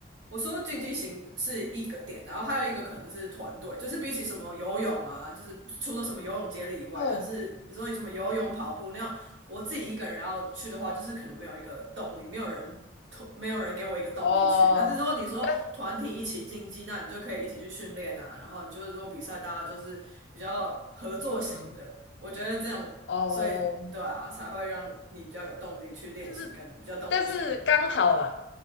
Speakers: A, on the right; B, on the left.
A: 我说竞技型是一个点，然后还有一个可能是团队，就是比起什么游泳啊，就是除了什么游泳接力以外，
B: 哦
A: 但是你说什么游泳、跑步那样，我自己一个人要去的话，就是可能没有一个动力，没有人推，没有人给我一个动力去。
B: 哦，
A: 但是如果你说团体一起竞技，
B: 但
A: 那你就可以一起去训练啊，然后你就是如果比赛，大家就是比较合作型的，
B: 嗯，
A: 我觉得这种，
B: 哦，
A: 所以对啊，才会让你比较有动力去练习，
B: 就是
A: 跟比较动力去
B: 但是刚好啦，